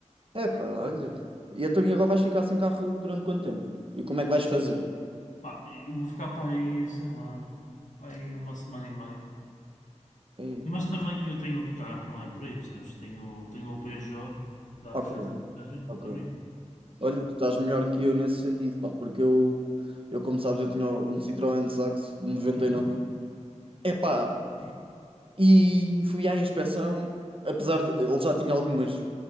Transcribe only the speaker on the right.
Epá, olha. E então, e agora vais ficar sem carro durante quanto tempo? E como é que vais fazer?
Ei,
Ok,
ok.
Olha, tu estás melhor que eu nesse sentido, pá, porque eu, eu como sabes, eu tinha um Citroën de Saxo de 99.
Epá,
e fui à inspeção, apesar de ele já tinha algumas,